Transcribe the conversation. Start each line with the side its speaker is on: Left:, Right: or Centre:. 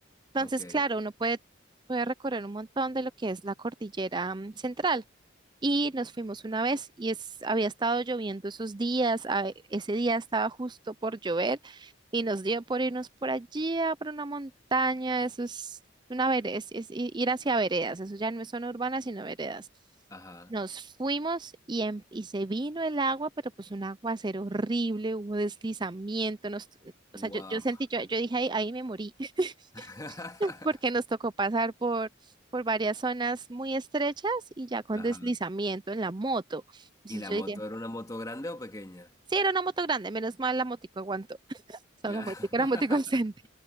Right: Entonces,
Left: ok,
Right: claro, uno puede, puede recorrer un montón de lo que es la cordillera mm, central. Y nos fuimos una vez y es, había estado lloviendo esos días, a- ese día estaba justo por llover y nos dio por irnos por allí, a por una montaña, eso es una vereda, es, es i- ir hacia veredas, eso ya no es zona urbana, sino veredas.
Left: ajá,
Right: Nos fuimos y, em- y se vino el agua, pero pues un aguacero horrible, hubo deslizamiento, nos,
Left: wow.
Right: o sea, yo, yo sentí, yo, yo dije, ahí, ahí me morí, <laughs>
Left: <laughs>
Right: porque nos tocó pasar por por varias zonas muy estrechas y ya con
Left: Ajá.
Right: deslizamiento en la moto. Entonces
Left: ¿Y la
Right: yo
Left: moto
Right: diría,
Left: era una moto grande o pequeña?
Right: sí, era una moto grande, menos mal la motico aguantó. <laughs> O sea,
Left: Claro.
Right: la motico era
Left: <laughs>
Right: motico <laughs> decente.